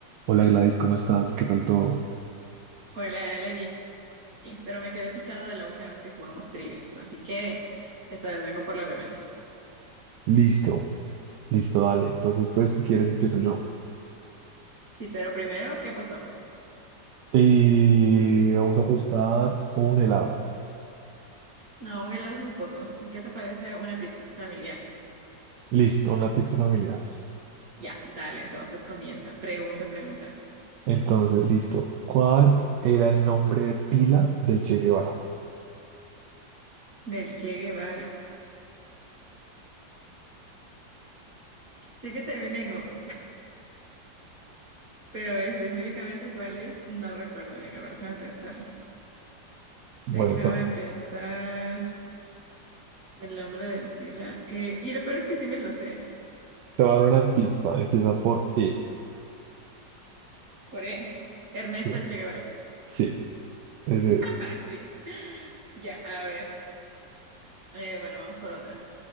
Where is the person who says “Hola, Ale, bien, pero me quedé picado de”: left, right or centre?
Right